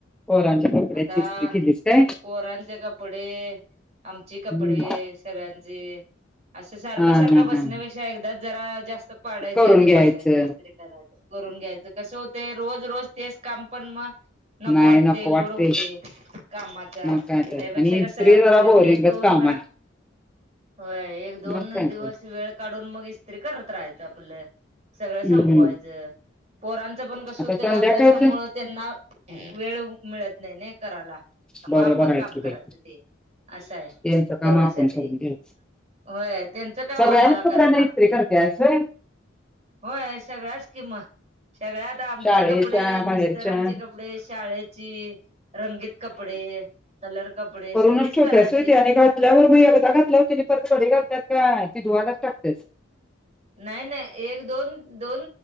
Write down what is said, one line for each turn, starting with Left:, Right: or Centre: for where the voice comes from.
Centre: पोरांच्या कपड्याची
Right: आता
Centre: इस्त्री केलीस काय
Right: पोरांचे कप डे, आमची
Centre: हम्म
Right: कपडे सगळ्यांची अस सारख
Centre: हा
Right: सारख
Centre: हा
Right: बसण्यापेक्षा
Centre: हा
Right: काय एकदाच जरा जास्त पाडायची
Centre: करून
Right: आणि बसायच
Centre: घ्यायचं
Right: इस्त्री करायच. करून घ्यायचं. कसं होतंय रोज रोज तेच काम पण म नको
Centre: नाही
Right: वाटतय,
Centre: वाटते
Right: लोड होतय कामाचा.
Centre: मग काय तर
Right: पेक्षा
Centre: आणि
Right: कस
Centre: इस्त्री
Right: हाय आठवड्यातन
Centre: जरा बोरिंगच
Right: एक दोन
Centre: काम
Right: वेळा
Centre: आहे
Right: होय एक दोन
Centre: मग काय
Right: दिवस
Centre: तर
Right: वेळ काढून मग इस्त्री करत राहायचं आपल. सगळ संपवायचं.
Centre: हम्म
Right: पोरां च पण कस
Centre: आता
Right: होतय,
Centre: संध्याकाळचं
Right: अभ्यासामुळे त्यांना वेळ मिळत नाही ना कराला. म
Centre: बरोबर
Right: आपण
Centre: आहे
Right: काम
Centre: की
Right: कराचं
Centre: बाई
Right: ते आस हाय
Centre: त्यांचं काम
Right: तेवढ्यासाठी
Centre: आपण करून घ्यायचं
Right: होय त्यांचं काम
Centre: सगळ्याच
Right: आम्हाला
Centre: कपड्यांना
Right: कराय लागतय.
Centre: इस्त्री करते असं
Right: होय सगळ्याच कि म, सगळ्यात आमची
Centre: शाळेच्या
Right: कपडे,
Centre: बाहेरच्या
Right: मिस्टरांची कप डे, शाळेची रंगीत कपडे कलर कपडे
Centre: करुनच
Right: सगळीच
Centre: ठेवत्यास
Right: करायची.
Centre: व्हय ते आणि घाण आल्याबरोबर एकदा घातल्यावर तेनी परत घडी घालत्यास काय ते धुवायलाच टाकत्यास?
Right: नाही नाही, एक दोन दोन